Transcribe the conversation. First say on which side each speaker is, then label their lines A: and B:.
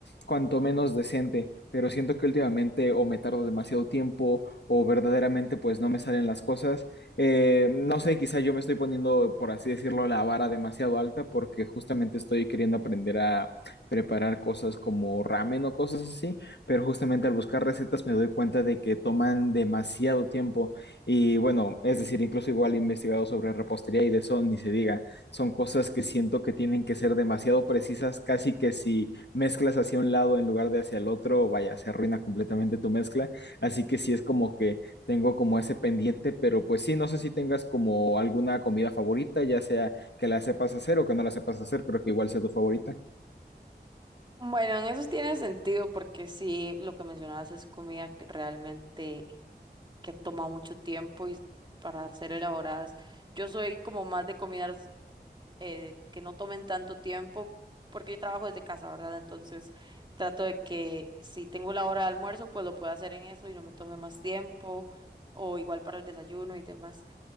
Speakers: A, on the left; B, on the right.
A: cuanto menos decente, pero siento que últimamente o me tardo demasiado tiempo o verdaderamente pues no me salen las cosas. Eh, no sé, quizá yo me estoy poniendo, por así decirlo, la vara demasiado alta porque justamente estoy queriendo aprender a preparar cosas como ramen o cosas así, pero justamente al buscar recetas me doy cuenta de que toman demasiado tiempo y bueno, es decir, incluso igual he investigado sobre repostería y de eso ni se diga, son cosas que siento que tienen que ser demasiado precisas, casi que si mezclas hacia un lado en lugar de hacia el otro, vaya, se arruina completamente tu mezcla. Así que sí es como que tengo como ese pendiente, pero pues sí, no sé si tengas como alguna comida favorita, ya sea que la sepas hacer o que no la sepas hacer, pero que igual sea tu favorita.
B: Bueno, en eso tiene sentido, porque sí, lo que mencionabas es comida que realmente que toma mucho tiempo y para ser elaboradas. Yo soy como más de comidas eh, que no tomen tanto tiempo, porque yo trabajo desde casa, ¿verdad? Entonces trato de que si tengo la hora de almuerzo, pues lo pueda hacer en eso y no me tome más tiempo, o igual para el desayuno y demás.